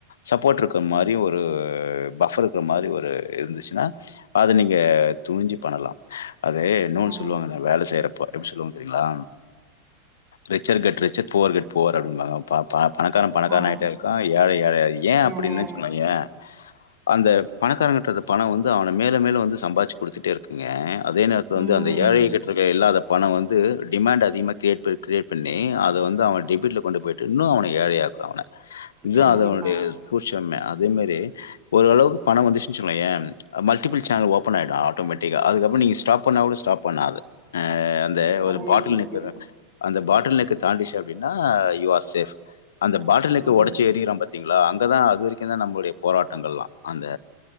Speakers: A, on the left (about 65°); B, on the right (about 25°).
A: சப்போர்ட் இருக்க மாரி ஒரு பஃபர் இருக்க மாரி ஒரு இருந்துச்சுன்னா அத நீங்க துணிஞ்சு பண்ணலா அதே இன்னொன்னு
B: கண்டிப்பா
A: சொல்லுவாங்க நா வேலை செய்றப்ப ப்போ எப்டி சொல்லுவாங்க தெரியுங்களா richer get richer poor get poor அப்டிம்பாங்க ஆ பணக்காரன் பணக்காரன்
B: ஆமா
A: ஆயிட்டே இருக்கா ஏழை ஏழையாயி ஏன்
B: வேலையா
A: அப்டின்னு வெச்சுக்கோயே அந்த பணக்காரங்கட்ட இருக்க பணம் வந்து அவன மேலும் மேலும் வந்து சம்பாதிச்சு குடுத்துட்டே இருக்கு ங்க அதே நேரத்துல
B: ம்.
A: வந்து அந்த ஏழைகிட்ட இருக்க இல்லாத பணம் வந்து டிமாண்ட் அதிகமா கிரியேட் ப கிரியேட் பண்ணி அத வந்து அவன் டெபிட்ல கொண்டு போயிட் இன்னு அவன ஏழையாக் க்கு அவன இதான்
B: கண்டிப்பா.
A: அதனுடைய சூட்ச் ட்டுமே அதே மாரி ஓரளவுக்கு பணம் வந்துருச்சுனு வச்சுக்கோயே மல்டிபிள் சேனல் ஓபன் ஆயிடு ஆட்டோமேட்டிக்கா அதுக்கப்பறம் நீங்க ஸ்டாப் பண்ணா கூட ஸ்டாப் பண்ணாது அஹ் அந்த
B: அதுவே
A: ஒரு பாட்டில்
B: போய்க்கிருக்கும்.
A: நெக்குற அந்த பாட் <unintelligible> க்கு தாண்டிருச்சு அப்டின்னா யுவர்ஸ் <unintelligible> அந்த பாட்டிலுக்கு
B: ம்.
A: ஒடைச்சி எரியறா பாத்தீங்களா அங்கதா அதுவரைக்கும்தா நம்மளுடைய போராட்டங்கள்லாம் அந்த